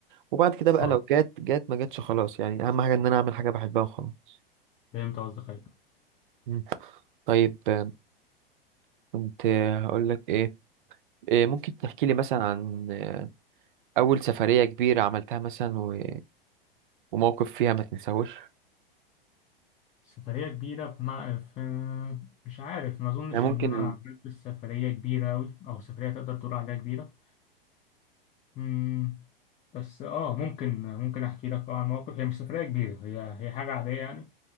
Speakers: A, on the right (about 60°); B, on the left (about 25°).
A: وبعد كده بقى
B: اه
A: لو جات جات ما جاتش خلاص يعني اهم حاجة ان انا اعمل حاجة بحبها وخلاص
B: فهمت قصدك أيوة.
A: مم. طيب آه، كنت آه، هقول لك ايه إيه، ممكن تحكي لي مثلا عن آه، اول سفرية كبيرة عملتها مثلا و... وموقف فيها ما تنساهوش
B: سفرية كبيرة بمع... في مش عارف ما أظنش
A: يعني
B: إن
A: ممكن
B: أنا
A: ال...
B: عملت سفرية كبيرة أوي أو سفرية تقدر تقول عليها كبيرة مم. بس آه ممكن ممكن أحكي لك عن موقف هي مش سفرية كبيرة هي هي حاجة عادية يعني